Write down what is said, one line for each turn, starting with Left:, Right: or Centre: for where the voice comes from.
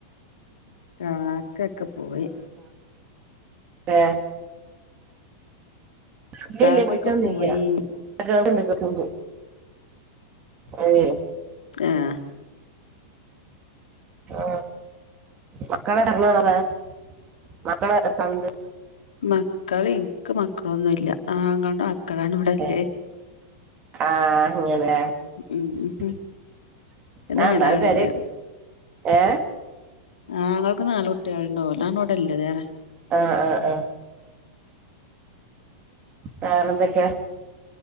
Left: ആ, കാക്കയൊക്കെ പോയി
Right: ഏ.. ഇല്ലില്ല.
Left: കാക്കയൊക്കെ
Right: പോയിട്ടൊന്നു
Left: പോയി
Right: <inaudible> മില്ല കേണ്ട് അതെ
Left: ആഹ്
Right: ആ.. മക്കളെ ഇറങ്ങാറാമക്കളെക്കണ്ട്
Left: മക്കൾ, എനിക്ക് മക്കളൊന്നുമില്ല ആങ്ങളയുടെ മക്കളാണിവിടല്ലേ
Right: ഏ ആ അങ്ങനെഞാൻ
Left: ഉം ഉം നാലാളുണ്ട്
Right: നാല് പേരെ ഏ
Left: ആങ്ങളക്ക് നാല് കുട്ടികളുണ്ട്. ഒരാളിവിടെയില്ല, ദേ വകല്ലോടല്ലേതേറെ
Right: ആഹ്. ആ. ആ. വേറെയെന്തൊക്കെയാ